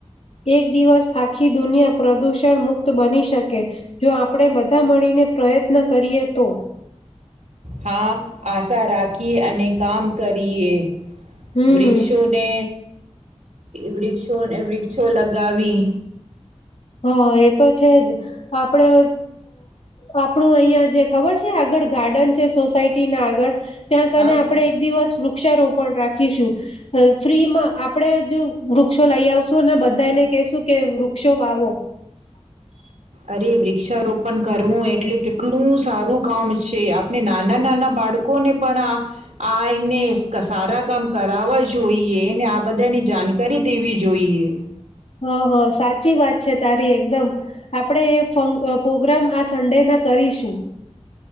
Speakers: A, on the left; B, on the right.
A: એક દિવસ આખી દુનિયા પ્રદૂષણ મુક્ત બની શકે જો આપણે બધા મળીને પ્રયત્ન કરીએ તો
B: હા આશા રાખીએ અને કામ કરીએ
A: હમ
B: વૃક્ષોને વૃક્ષો વૃક્ષો લગાવી
A: હા એ તો છે જ આપડે આપણું અહિયાં જે ખબર છે આગળ ગાર્ડન છે સોસાયટી ના આગળ ત્યાં કરીને
B: હા
A: આપડણે
B: હા
A: એક દિવસ વૃક્ષારોપ રાખીશું ફ્રીમાં આપણે જ વૃક્ષો લઈ આવશું અને બધાને હું કે વૃક્ષો વાવો. <inaudible>
B: અરે વૃક્ષારોપણ કરવું એ એટલે કેટલું સારું કામ છે. આપણે નાના નાના બાળકોને પણ, આ આ એને સારા કામ કરાવવા જોઈએ. એને આ બધાની જાણકારી દેવી જોઈએ.
A: હા! હા સાચી વાત છે. તારી એકદમ આપણેે એ ફંક પ્રોગ્રામ આ સન્ડે ના કરીશું.